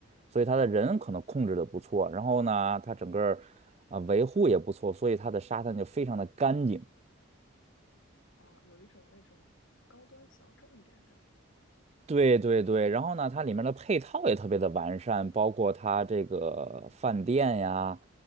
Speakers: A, on the right (about 30°); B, on the left (about 70°).
A: 所以它的人可能控制的不错，然后呢，它整个啊、呃维护也不错，所以它的沙滩就非常的干净。
B: 哦，有一种那种高端小众一点的。
A: 对对对，然后呢，它里面的配套也特别的完善，包括它这个饭店呀，